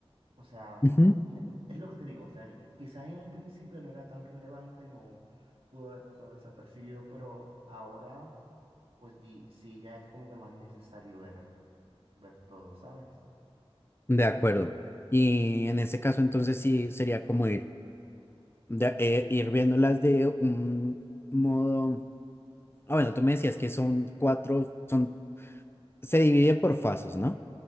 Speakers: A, on the right; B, on the left.
A: O sea,
B: Ujú,
A: al fina- es lo que te digo, o sea, quizás en un principio no era tan relevante, no pudo haber pasado desapercibido, pero ahora, pues di- sí, ya es como que más necesario ver, ver todo, ¿sabes?
B: De acuerdo. Y en ese caso entonces sí sería como ir, de- eh, ir viéndolas de un modo... Ah, bueno, tú me decías que son cuatro, son, se divide por fases, ¿no?